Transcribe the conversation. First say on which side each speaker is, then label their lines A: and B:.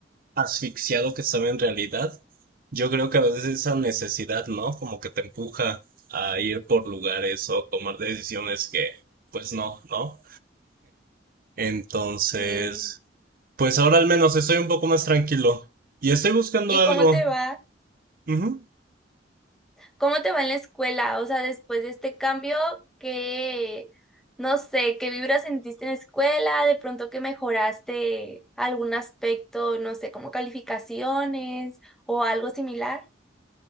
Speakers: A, on the right; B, in the centre.
A: asfixiado que estaba en realidad. Yo creo que a veces esa necesidad, ¿no? Como que te empuja a ir por lugares o tomar decisiones que, pues no, ¿no? Entonces,
B: Sí.
A: pues ahora al menos estoy un poco más tranquilo y estoy buscando
B: ¿Y
A: algo.
B: cómo te va?
A: Ujú.
B: ¿Cómo te va en la escuela? O sea, después de este cambio, ¿qué, no sé, qué vibra sentiste en la escuela? ¿De pronto que mejoraste algún aspecto, no sé, como calificaciones o algo similar?